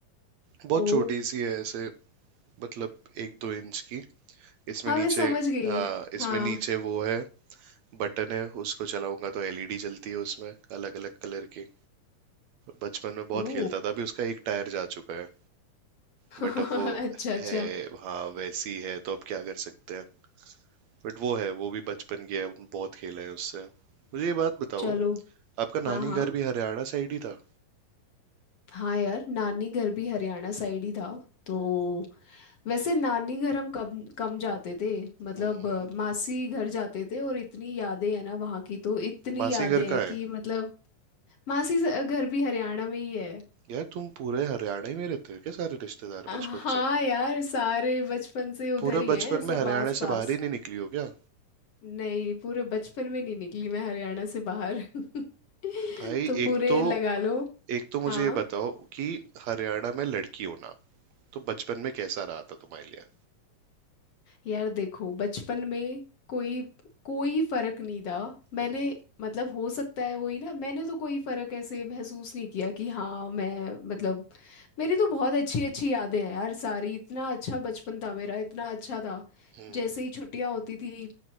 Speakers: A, on the right; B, on the left.
A: बहुत
B: ओ
A: छोटी सी है ऐसे मतलब एक दो इंच की इसमें
B: हाँ मैं
A: नीचे
B: समझ गई
A: हाँ
B: हाँ
A: इसमें नीचे वो है बटन है उसको चलाऊंगा तो एलईडी जलती है उसमें अलग अलग कलर की बचपन में बहुत
B: ओ
A: खेलता था अभी उसका एक टायर जा चुका है
B: <laughs>
A: बट अब वो
B: अच्छा अच्छा
A: है हाँ वैसी है तो अब क्या कर सकते हैं बट वो है वो भी बचपन की है बहुत खेले हैं उससे मुझे ये बात बताओ
B: चलो
A: आपका
B: हाँ
A: नानी
B: हाँ
A: घर भी हरियाणा साइड ही था
B: हाँ यार नानी घर भी हरियाणा साइड ही था तो वैसे नानी घर हम कम कम जाते थे मतलब
A: हम्म
B: अ, मासी घर जाते थे और इतनी यादें हैं ना वहाँ की तो इतनी
A: मासी
B: यादें
A: घर
B: हैं
A: का है
B: कि मतलब मासी स- घर भी हरियाणा में ही है
A: यार तुम पूरे हरियाणा ही में रहते हो क्या सारे रिश्तेदार
B: अ,
A: बचपन
B: हाँ
A: से
B: यार सारे बचपन से उधर
A: पूरा
B: ही
A: बचपन
B: हैं सब
A: में हरियाणा
B: आस पास
A: से बाहर ही नहीं निकली हो क्या
B: नहीं पूरे बचपन में नहीं निकली मैं हरियाणा से बाहर <laughs>
A: भाई
B: तो
A: एक
B: पूरे
A: तो
B: लगा लो
A: एक तो मुझे
B: हाँ
A: ये बताओ कि हरियाणा में लड़की होना तो बचपन में कैसा रहा था तुम्हारे लिए
B: यार देखो बचपन में कोई कोई फर्क नहीं था मैंने
A: हम्म
B: मतलब हो सकता है वही ना मैंने तो कोई फर्क ऐसे महसूस नहीं किया कि हाँ मैं मतलब मेरी तो बहुत अच्छी अच्छी यादें हैं यार सारी इतना अच्छा बचपन था मेरा इतना अच्छा था
A: हम्म
B: जैसे ही छुट्टियां होती थी